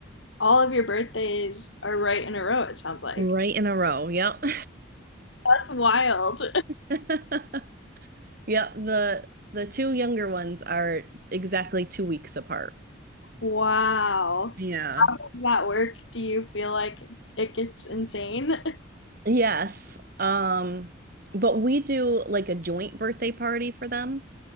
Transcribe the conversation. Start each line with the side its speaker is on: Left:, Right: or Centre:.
Left: all of your birthdays are right in a row, it sounds like.
Right: Right in a row. Yep.
Left: That's wild.
Right: <laughs> Yep. The the two younger ones are exactly two weeks apart.
Left: Wow.
Right: Yeah.
Left: How does that work? Do you feel like it gets insane?
Right: Yes. Um, but we do like a joint birthday party for them.